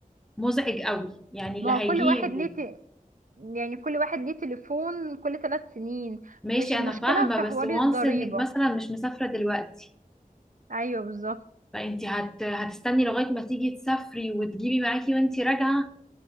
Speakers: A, in the centre; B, on the right.
A: مزعج قوي يعني اللي
B: ما
A: هيجيبه
B: هو كل واحد ليه ت... يعني كل واحد ليه تليفون كل ثلاث سنين
A: ماشي
B: مش
A: انا
B: المشكله
A: فاهمة
B: في
A: بس
B: حوار
A: وانس
B: الضريبه
A: انك مثلا مش مسافرة دلوقتي
B: ايوه بالظبط
A: فانت هت... هتستني لغايه ما تيجي تسافري وتجيبي معاكي وانت راجعه